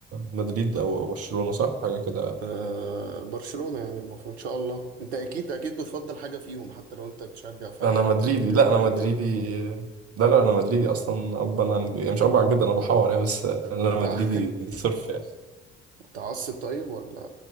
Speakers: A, on the right (about 45°); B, on the right (about 80°).
A: مدريد او برشلونة صح حاجه كده
B: أه برشلونة يعني المفروض إن شاء الله أنت أكيد أكيد بتفضل حاجة فيهم حتى لو أنت بتشجع فريقك
A: انا مدريدي
B: في البريمير
A: لا انا
B: ليج
A: مدريدي
B: يعني
A: لا لا انا مدريدي اصلا ابا عن يعني مش ابا عن جد انا بحور يعني بس انا
B: متع-
A: مدريدي صرف يعني
B: <laughs> متعصب طيب ولا